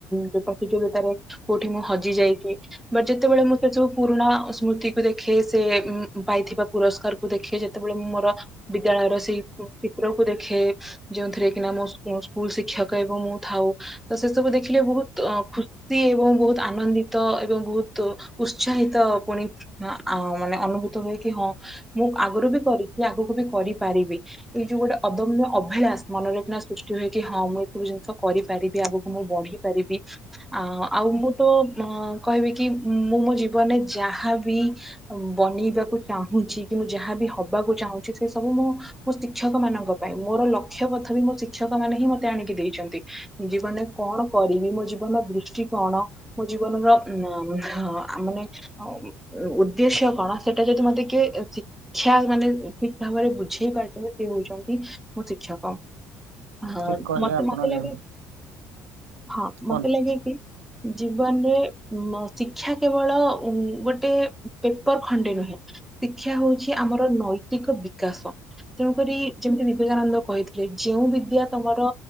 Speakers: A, in the centre; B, on the right.
A: ଯୋଉ ପ୍ରତିଯୋଗିତାରେ କୋଉଠି ମୁଁ ହଜି ଯାଇଚି ବଟ ଯେତେବେଳେ ମୁଁ ସେ ଯବୁ ପୁରୁଣା ସ୍ମୃତିକୁୁ ଦେଖେ ସେ ପାଇଥିବା ପୁରସ୍କାରକୁ ଦେଖେ ଯେତେବେଳେ ଉୁଁ ମର ବିଦ୍ୟାଳୟର ସେଇ ଉୁଁ ଚିତ୍ରକୁୁ ଦେଖେ ଯେଉଁଥିରେ କିନା ମୋ ସ୍କୁ ସ୍କୁଲ ଶିକ୍ଷକ ଏବଂ ମୁଁ ଥାଉ ତ ସେ ସବୁ ଦେଖିଲେ ବହୁତ୍ ଅଁ ଖୁସି ତି ଏବଂ ବହୁତ୍ ଆନନ୍ଦିତ ଏବଂ ବହୁତ୍ ଉତ୍ସାହିତ ପୁଣି <unintelligible> ଆଓଁ ମାନେ ଅନୁଭୂତ ହୁଏ କି ହଁ ମୁଁ ଆଗରୁ ବି କରିଚି ଆଗକୁ ବି କରିପାରିବି। ଏଇ ଯୋଉ ଗୋଟେ ଅଦମ୍ୟ ଅଭିଳାସ୍ ମନରେଖିନା ସୃଷ୍ଟି ହୁଏ କି ହଁ ମୁଁ ଏ ସବୁ ଜିନିଷ କରିପାରିବି ଆଗକୁ ମୁଁ ବଢି ପାରିବି। ଆ ଆଉ ମୁଁ ତ ମଃ କହିବି କି ଉୁଁ ମୁଁ ମୋ ଜୀବନରେ ଯାହାବି ଆଉ ବନିବାକୁ ଚାହୁଁଚି କି ମୁଁ ଯାହାବି ହବାକୁ ଚାହୁଁଚି ସେ ସବୁ ମୋ ମୋ ଶି କ୍ଷକ ମାନଙ୍କ ପାଇଁ ମୋର ଲକ୍ଷ୍ୟ କଥା ବି ମୋ ଶିକ୍ଷକ ମାନେ ହିଁ ମତେ ଆଣିକି ଦେଇଚନ୍ତି। ଜୀବନରେ କଣ କରିବି ମୋ ଜୀବନର ଦୃଷ୍ଟି କଣ ମୋ ଜୀବନ ର ଉଁ ହ ଆ ମାନେ ଉ ଉଦ୍ଦେଶ୍ୟ କଣ ସେଟା ଯଦି ମତେ କିଏ ଏ ଶି କ୍ଷା ମାନେ ଠିକ୍ ଭାବରେ ବୁଝେଇ ପାରୁଚନ୍ତି ସିଏ ହଉଚନ୍ତି ମୋ ଶିକ୍ଷକ। ହ
B: ଠିକ କହିଲେ
A: ମତେ
B: ଆପଣ
A: ମତେ ଲାଗେ
B: ଯେମିତି
A: ହଁ
B: କୁହନ୍ତୁ
A: ମତେ ଲାଗେ କି ଜୀବନରେ ଉ ମ ଶିକ୍ଷା କେବଳ ଉ ଗୋଟେ ପେପର ଖଣ୍ଡେ ନୁହେଁ। ଶିକ୍ଷା ହଉଚି ଆମର ନୈତିକ ବିକାଶ। ତେଣୁକରି ଯେମିତି ବିବେକାନନ୍ଦ କହିଥିଲେ ଯେଉଁ ବିଦ୍ୟା ତମର